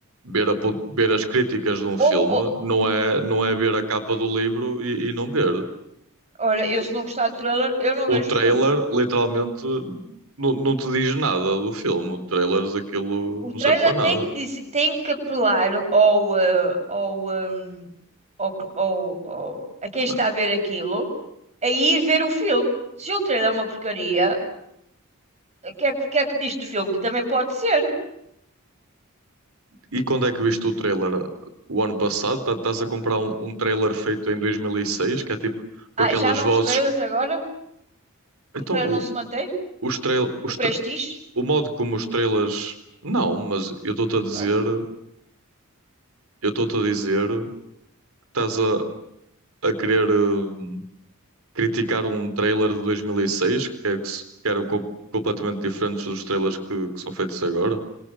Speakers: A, on the right; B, on the right.
A: Ver, a pu- ver as críticas de um filme
B: Houve, ou-
A: não é, não é ver a capa do livro e, e não ver.
B: olha, eu se não gostar do trailer, eu não
A: O
B: vejo
A: trailer,
B: o filme.
A: literalmente, não, não te diz nada do filme. O trailer, aquilo
B: O
A: não
B: trailer
A: serve para nada.
B: tem que, dizer, tem que apelar ao, eh, ao, hum, ao, que- ao- ao- a quem está
A: Não.
B: a ver aquilo a ir ver o filme. Se o trailer é uma porcaria, o que é, que o que é que diz do filme? Que também pode ser.
A: E quando é que viste o trailer? O ano passado? Tá- Estás a comprar um, um trailer feito em 2006, que é tipo com
B: Ah,
A: aquelas
B: já há novos
A: vozes.
B: trailers agora? O
A: Então,
B: trailer
A: o,
B: não se mantém?
A: os trail, os
B: do Prestige.
A: tra- o modo como os trailers. Não, mas eu estou-te a dizer,
B: Não.
A: eu estou-te a dizer que estás a, a querer. hum, criticar um trailer de 2006 que, é que, se- que eram co- completamente diferentes dos trailers que, que são feitos agora.